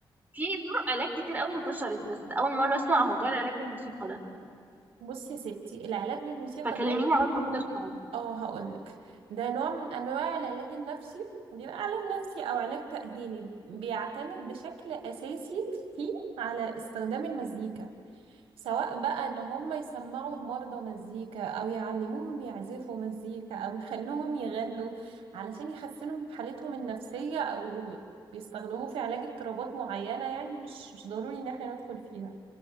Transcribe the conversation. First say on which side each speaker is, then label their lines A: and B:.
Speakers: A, on the right; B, on the right.
A: في طرق علاج كتير قوي انتشرت بس أول مرة أسمع عن موضوع العلاج بالموسيقى ده
B: بصي يا ستي العلاج بالموسيقى
A: فكلميني عنه كده شوية
B: اه هقولك ده نوع من انواع العلاج النفسي بيبقى علاج نفسي او علاج تأهيلي بيعتمد بشكل اساسي فيه على استخدام المزيكا سواء بقى ان هم يسمعوا المرضى مزيكا او يعلموهم يعزفوا مزيكا او يخلوهم يغنوا علشان يحسنوا من حالتهم النفسية او بيستخدموه في علاج اضطرابات معينة يعني مش مش ضروري ان احنا ندخل فيها